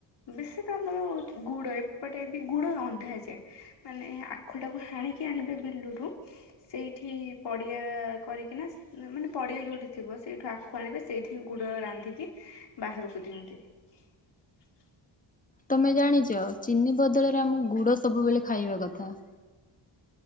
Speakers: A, on the left; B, on the left.
A: ବେଶୀ ତ ଆମର ଗୁଡ, ଏପଟେ ବି ଗୁଡ ଅନ୍ଧା ଯାଏ, ମାନେ ଆଖୁଟାକୁ ହାଣିକି ଆଣିବେ ବିଲରୁ, ସେଇଠି ପ ପଡିଆ କରିକିନା, ମାନେ ପଡିଆ ଯୋଉଠି ଥିବ, ସେଇଠୁ ଆଖୁ ଆଣିବେ, ସେଇଠି ଗୁଡ ରାନ୍ଧିକି ବାହାରକୁ ଦିଅନ୍ତି ।
B: ତମେ ଜାଣିଛ, ଚିନି ବଦଳରେ ଆମକୁ ଗୁଡ ସବୁବେଳେ ଖାଇବା କଥା ।